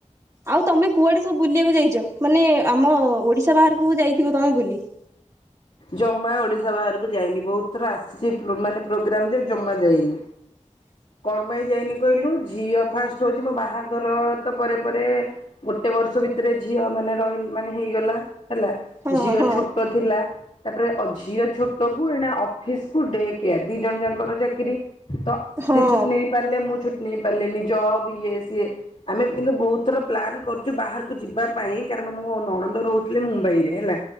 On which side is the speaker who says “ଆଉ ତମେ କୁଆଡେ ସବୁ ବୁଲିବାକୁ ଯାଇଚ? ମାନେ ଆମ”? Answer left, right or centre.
Right